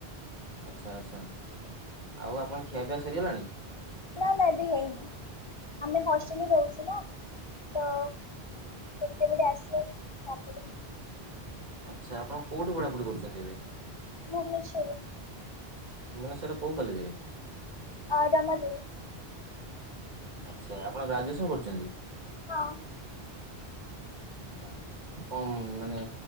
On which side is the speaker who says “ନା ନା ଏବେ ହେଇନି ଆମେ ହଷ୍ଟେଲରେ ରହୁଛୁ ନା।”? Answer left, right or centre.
Left